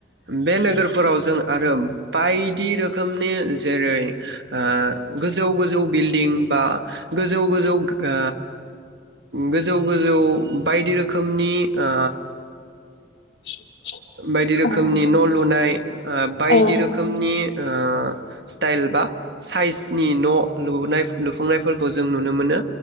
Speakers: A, on the right; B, on the left.
A: बेे नोगोर फोराव जों आरो बायदि रोखोमनि जेरै ओ गोजौ गोजौ बिल्डिं बा गोजौ गोजौ ओ गोजौ गोजौ बायदि रो खोमनि ओ।
B: <inaudible>
A: बायदि रोखोमनि
B: ओं
A: न' लुनाय ओ बायदि
B: औ ओं
A: रोखोमनि ओ स्टाइल बा साइसनि न' लुनाय लुफुंनायफोरखौ जों नुनो मोनो।